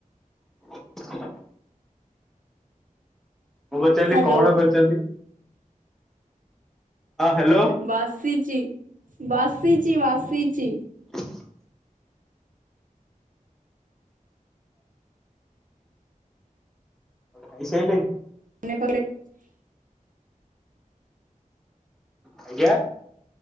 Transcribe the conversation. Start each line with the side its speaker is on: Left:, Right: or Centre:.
Centre: ହଁ। ମୁଁ ପଚାରିଲି
Right: ହ୍ୟାଲୋ
Centre: କଣ କରିଚନ୍ତି? ହ୍ୟାଲୋ
Right: ବସିଚି ବସିଚି ବସିଚି।
Centre: <inaudible> ଖାଇସାଇଲେଣି
Right: <unintelligible>
Centre: ଆଜ୍ଞା